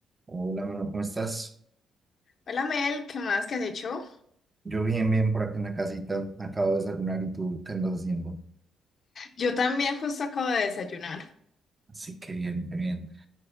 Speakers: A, on the right; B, on the left.
A: Hola, Manuel, ¿cómo estás?
B: Hola Mel, ¿qué más? ¿Qué has hecho?
A: Yo bien, bien, por acá en la casita. Acabo de desayunar y tú, ¿qué andas haciendo?
B: Yo también justo acabo de desayunar.
A: Así que bien, qué bien.